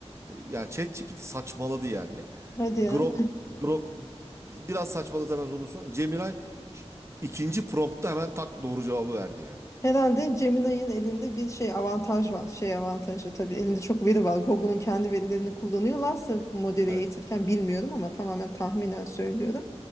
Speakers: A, on the right; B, on the left.
A: yani ChatGPT saçmaladı yani.
B: Hadi
A: Grok
B: ya.
A: Grok biraz saçmaladı hemen ondan sonra. Cemiray ş- ikinci promptta hemen tak doğru cevabı verdi yani.
B: <laughs> Herhalde Gemini'nin elinde bir şey avantaj var. Şey avantajı tabii elinde çok veri var. Google'un kendi verilerini kullanıyorlarsa modeli
A: Evet,
B: eğitirken bilmiyorum ama tamamen tahminen söylüyorum.